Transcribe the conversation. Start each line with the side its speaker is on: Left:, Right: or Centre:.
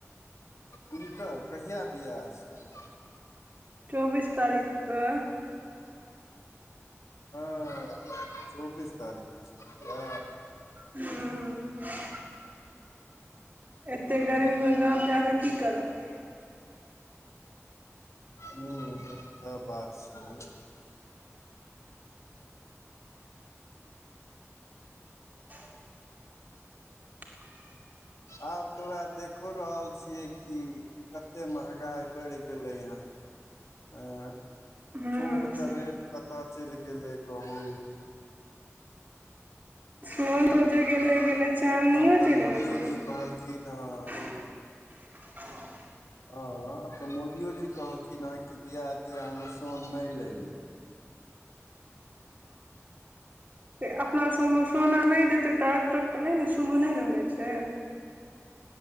Left: हिनकर कहिया वियाह छै
Right: चौबीस तारीखक
Left: हां चौबीस तारीख क
Right: हँ ह एते गर्मीमे गाम जाकऽ की करब
Left: ह सेह बात छै
Right: <inaudible>
Left: आब तोरा देखो रहल छियै कि कतेक महँगाइ बढ़ि गेलै हँ आँ
Right: हूँ
Left: सोन के रेट कतय चलि गेलै कहू
Right: <inaudible> मोन रोजे गेले गेले चानियो
Left: आब तऽ
Right: चलि
Left: मोदियो
Right: गेलै
Left: जी कहलखिन हां
Right: <unintelligible>
Left: <unintelligible> आब त मोदियो जी कहलखिन हेँ कि बियाह त्याहमे सोन नई लै ले
Right: त अपनासभमे सोना नई देतै त आ तक नई ने शुभ नई ने होइत छै